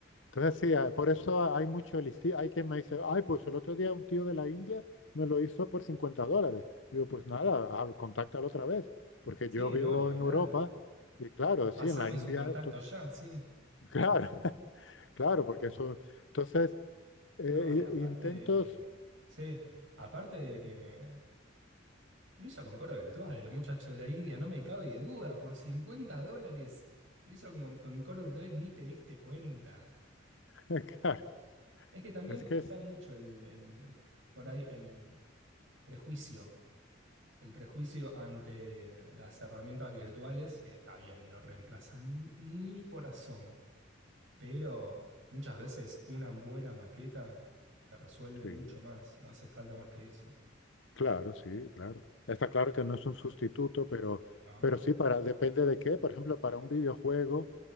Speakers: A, on the left; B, on the right.
A: Entonces, sí, ah, por eso hay mucho listi- Hay quien me dice, ay, pues el otro día un tío de la India me lo hizo por 50 dólares. Digo, pues nada, hablo- contáctalo otra vez, porque
B: Sí,
A: yo vivo
B: no, ni hablar.
A: en Europa y claro,
B: Pasame
A: sí, en la India,
B: su contacto
A: to-
B: ya, sí.
A: <laughs> claro, <laughs> claro, porque eso. Entonces, eh,
B: No, y aparte
A: i- intentos,
B: de que... Sí, aparte de que... Lo hizo con Cora Virtual, el muchacho de la India, no me cabe duda, por 50 dólares. Lo hizo con, con Cora Virtual, ni te diste cuenta.
A: <laughs> claro,
B: Es que también
A: es que
B: está
A: es.
B: mucho el, el- por ahí el prejuicio, el prejuicio ante las herramientas virtuales, que está bien, no reemplazan ni por asomo, pero muchas veces una buena maqueta te resuelve
A: sí.
B: mucho más, no hace falta más que eso.
A: Claro, sí, claro. Está claro que no es un sustituto, pero,
B: No.
A: pero sí, para, depende de qué. Por ejemplo, para un videojuego,